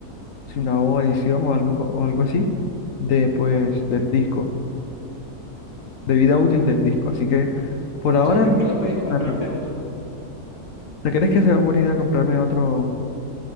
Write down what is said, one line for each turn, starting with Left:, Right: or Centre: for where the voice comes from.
Left: si una o edición o algo, o algo así, de, pues, del disco, de vida útil del disco. Así que, por ahora,
Right: O sea, yo
Left: no
Right: creo que podías comprarte
Left: me preocupo.
Right: otro.
Left: ¿Te crees que sea buena idea comprarme otro,